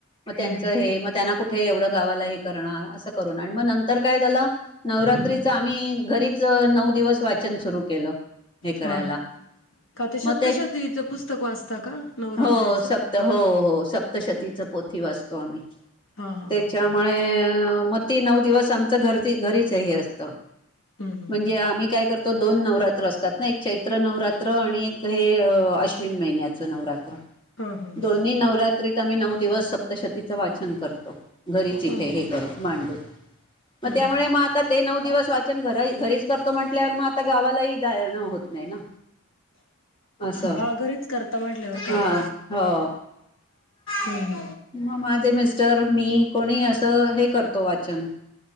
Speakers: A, on the left; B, on the left.
A: मग त्यांचं
B: हम्म हम्म
A: हे
B: हम्म.
A: मग त्यांना कुठे एवढं गावाला हे करणार अस मग नंतर काय झालं. नवरात्रीचा
B: हम्म हम्म
A: आम्ही घरीच नऊ दिवस वाचन सुरू केलं, हे करायला
B: हा हा. का शब्दशतीचं
A: मग ते,
B: पुस्तक वाचता का नवरात्रीचं?
A: हो सप्त हो हो सप्त. सप्तशतीचा पोथी वाचतो आम्ही
B: हा हा
A: त्याच्यामुळे
B: हा हा.
A: म- ती नऊ दिवस आमच घर घरी ते हे असतं.
B: हम्म हम्म
A: म्हणजे
B: हम्म.
A: आम्ही काय करतो दोन नवरात्र असतात. ना एक चैत्र नवरात्र आणि एक हे अश्विन महिन्याचं नवरात्र.
B: हा हा हा.
A: दोन्ही नवरात्रीत आम्ही नऊ दिवस सप्तशतीचं वाचन करतो घरीच इथे
B: हम्म
A: हे करत मांडून मग
B: हम्म
A: त्यामुळे म ते नऊ दिवस वाचन घरा घरीच कर तो म्हटल्यावर मग आता गावालाही जा न होतं नाही ना असं
B: हा घरीच करता म्हटल्यावर काय
A: हा हो
B: हम्म
A: मग माझे मिस्टर मी कोणी असं हे करत करतो वाचन